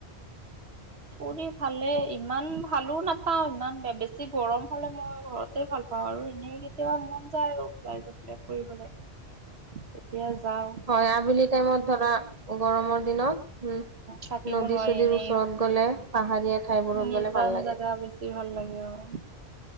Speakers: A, on the right (about 70°); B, on the right (about 35°).
A: ফুৰি ভালে ইমান ভালো নাপাওঁ ইমান বেছি গৰম হলে মই ঘৰতে ভাল পাওঁ আৰু এনেই কেতিয়াবা মন যায় আৰু ওলাই যাবলে ফুৰিবলৈ। তেতিয়া যাওঁ
B: হয় আব তেওঁ ম ধৰা গৰমৰ দিনত, উম।
A: থাকিব
B: নদী-চদীৰ
A: নোৱাৰি এনেই
B: ওচৰত গলে পাহাৰীয়া ঠাইবোৰত
A: নিজান
B: গলে ভাল লাগে।
A: জাগা বেছি ভাল লাগে আৰু।